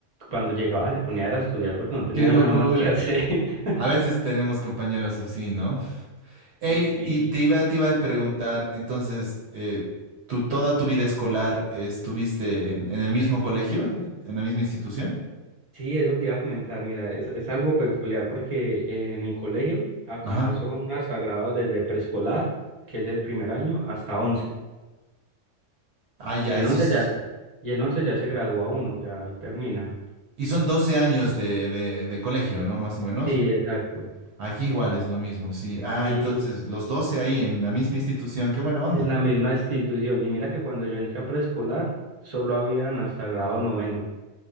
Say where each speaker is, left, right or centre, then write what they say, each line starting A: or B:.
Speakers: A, on the right; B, on the right.
A: cuando llegaba se ponía era a estudiar porque no tenía
B: ¡Qué locura!
A: nada más que hacer. <laughs>
B: A veces tenemos compañeros así, ¿no? Ey,
A: Sí.
B: y te iba, te iba a preguntar, entonces, eh, ¿tú toda tu vida escolar estuviste en, en el mismo colegio, en la misma institución?
A: Sí, eso te iba a comentar, mira, es, es algo peculiar porque eh, en mi colegio acá
B: Ajá.
A: son hasta grados desde preescolar, que es el primer año, hasta 11.
B: Ah, ya,
A: Y en
B: eso
A: 11
B: es...
A: ya, y en 11 ya se gradúa uno, ya ahí termina.
B: Y son 12 años de, de, de colegio, ¿no? Más o menos.
A: Sí, exacto.
B: Aquí igual es lo mismo, sí. Ah,
A: Y
B: entonces, los 12 ahí en la misma institución, qué buena onda.
A: en la misma institución. Y mira que cuando yo entré a preescolar, solo habían hasta grado noveno.